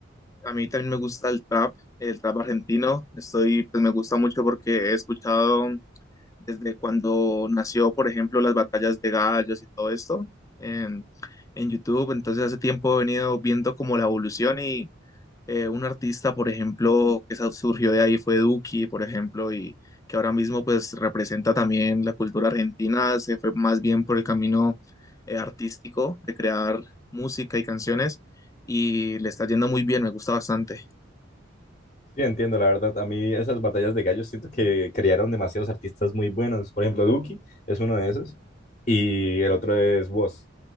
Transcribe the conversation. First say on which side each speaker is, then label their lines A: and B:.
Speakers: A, on the left; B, on the left.
A: a mí también me gusta el trap, el trap argentino. Estoy, pues me gusta mucho porque he escuchado desde cuando nació, por ejemplo, las batallas de gallos y todo esto en, en YouTube. Entonces hace tiempo he venido viendo como la evolución y, eh, un artista, por ejemplo, que sa- surgió de ahí fue Duki, por ejemplo, y que ahora mismo pues representa también la cultura argentina, se fue más bien por el camino eh, artístico de crear música y canciones y le está yendo muy bien, me gusta bastante.
B: Sí, entiendo, la verdad. A mí esas batallas de gallos siento que crearon demasiados artistas muy buenos. Por ejemplo, Duki es uno de esos. Y el otro es Wos.